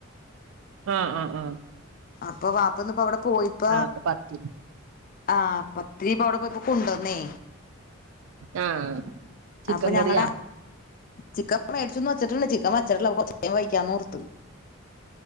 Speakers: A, on the right; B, on the left.
A: ആ ആ ആ
B: അപ്പൊ വാപ്പയിന്ന് അവിടെ പോയിപ്പ
A: ആ അപ്പൊ പത്തി
B: ആ പ- ത്തിരി അവിടെ പോയിപ്പൊ കൊണ്ടുവന്നേ
A: ആ ചിക്കൻ
B: അപ്പൊ ഞങ്ങടെ
A: കറിയാ
B: ചിക്കൻ മേടിച്ചന്ന് വെച്ചിട്ടുണ്ട് ചിക്കൻ വച്ചിട്ടില്ല കൊറച്ച കഴിയുമ്പം വെക്കാന്ന് ഓർത്ത്